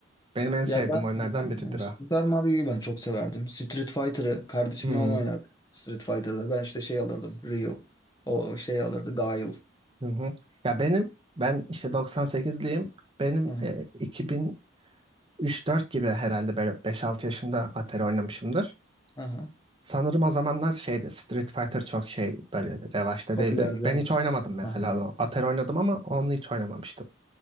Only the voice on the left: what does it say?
Ya ben
e, e, Super
Mario'yu ben çok severdim. Street Fighter'ı kardeşimle
onu oynardık. Street Fighter'da ben işte şey alırdım. Ryu. O şey alırdı. Guile.
Hı hı.
hı hı.
Popüler
değil
mi?
Aha.